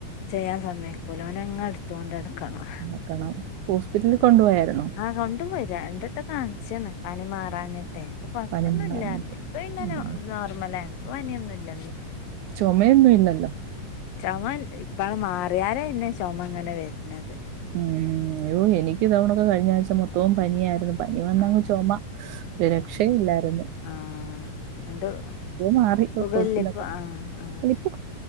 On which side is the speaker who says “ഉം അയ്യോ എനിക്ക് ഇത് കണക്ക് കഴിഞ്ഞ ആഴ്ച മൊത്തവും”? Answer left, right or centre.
Right